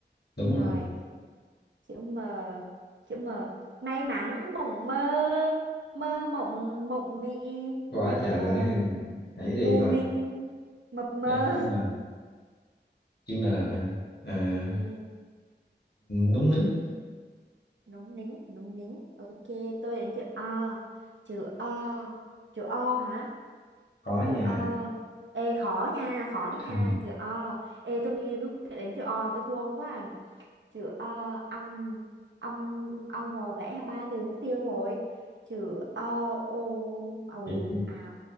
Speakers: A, on the left; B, on the right.
A: Đúng
B: rồi
A: rồi.
B: chữ M chữ M may mắn mộng mơ mơ mộng mộng mị
A: Quá trời
B: ờ,
A: luôn ha. Hãy đi
B: mù
A: hồi
B: mịt
A: nè.
B: mập mờ
A: đây chữ N. Chữ N hả? À,
B: ừ,
A: núng nính.
B: núng nín núng nín ok tôi đến chữ O chữ O chữ O hả
A: Khó
B: chữ
A: nha.
B: O ê khó nha khó nha
A: Ừ.
B: chữ O ê tôi nghĩ đến chữ O tôi thua ông quá à. chứ ờ, ông ông ông vò vẽ ba từ mất tiêu rồi chữ o ôn ồn
A: Thiệt.
B: ào